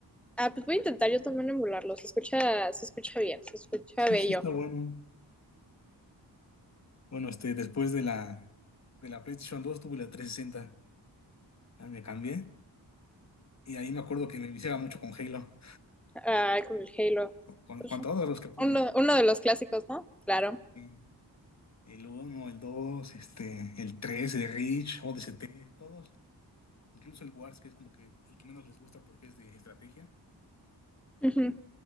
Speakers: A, in the centre; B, on the left.
A: Ah, pues voy a intentar yo también emularlo. Se escucha, se escucha bien, se escucha
B: Sí,
A: bello.
B: sí está bueno. Bueno, este, después de la, de la PlayStation 2 tuve la 360. Ya me cambié. Y ahí me acuerdo que me viciaba mucho con Halo.
A: Ay, con el Halo.
B: Con,
A: Pues,
B: con todos los que pude.
A: Uno, uno de los clásicos, ¿no? Claro.
B: Y El uno, el 2, este, el tres el Reach, o D S T, todos. Incluso el Wars, que es como que el que menos les gusta porque es de estrategia,
A: Ujú.